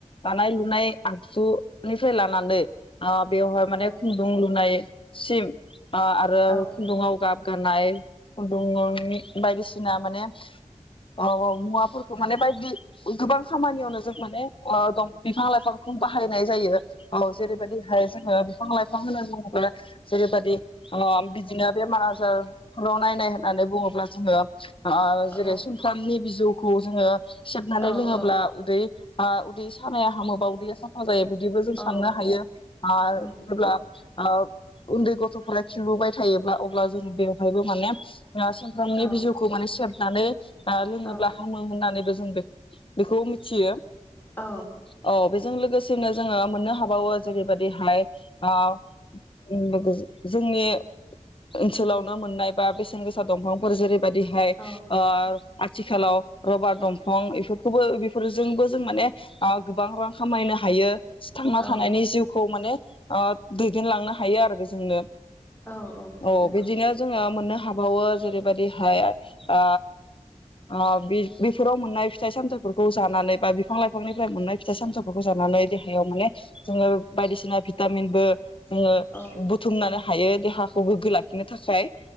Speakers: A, on the left; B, on the left.
A: दानाय लुनाय आगसु निफ्राय लानानै ओ बेवहाय माने
B: औ
A: खुन्दुं लुनाय सिम ओ आरो
B: औ
A: खुन्दुङाव गाब गानाय खुन्दुं बायदिसिना माने <unintelligible> मुवाफोरखौ माने बायदि गोबां खामानियावनो जों माने ओ दं बिफां लाइफांखौ बाहाय होनाय जायो। औ जेरैबायदिहाय जोङो बिफां लाइफां होन बुङोब्ला जेरैबादि ओ बिदिनो बेमार आजारफोराव नायनाय होननानै बुङोब्ला जोङो ओ जेरै
B: औ
A: सुमफ्रामनि बिजौ खौ जोङो सेबनानै
B: औ
A: लोङोब्ला
B: औ
A: उदै ओ बि सानाया हामोबा उदैया सा फा जायो <unintelligible> बिबो जों
B: औ
A: साननो हायो आ
B: उम
A: जेब्ला ओ उन्दै गथ'फोरा खिलुबाय थायोब्ला अब्ला जों बेवहायबो माने ओ समफ्रामनि
B: औ
A: बिजौखौ माने से नानै ओ लोङोब्ला
B: औ
A: हामो होननानैबो <unintelligible> बेखौ मिथियो
B: औ
A: औ बेजों लोगोसे <unintelligible> जोङो मोननो हाबावो जेरैबायदिहाय ओ <unintelligible> जोंनि ओनसोलावनो मोननाय बा बेसेन गोसा दंफांफोर जेरै बिदिहाय
B: औ
A: ओ आथिखालाव रबार दंफं इफोरखौबो बेफोरजोंबो जों माने ओ गोबां रां खामायनो हायो थांना
B: औ
A: थानायनि जिउ खौ माने ओ दैदेनलांनो हायो आरो बेजोंनो।
B: औ औ
A: <inaudible> अ
B: नंगौ
A: बिदिनो जोङो मोननो हाबावो जेरैबायदि हाय ओ ओ बि बिफोराव मोननाय फिथाइ सामथाइफोरखौ जानानै बा बिफां लाइफांनिफ्राय मोननाय फिथाइ सामाइफोरखौ जानानै देहायाव माने जोङो बायदिसिना भिटामिनबो जोङो
B: औ
A: बुथुमनानो हायो। <unintelligible> हाखौ गोग्गो लाखिनो थाखाय।